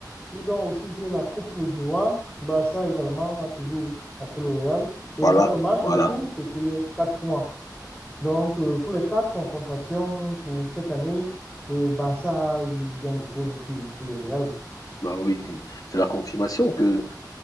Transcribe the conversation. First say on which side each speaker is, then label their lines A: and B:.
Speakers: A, on the left; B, on the left.
A: Ils ont aussi joué la Coupe du Roi. Barça également a toujours tapé le Real. Et
B: Voilà,
A: maintenant, le match
B: voilà.
A: retour, c'était quatre points. Donc, euh, pour les quatre confrontations pour cette année, le Barça a eu gain de cause sur, sur le Real.
B: Bah oui, c'est la confirmation que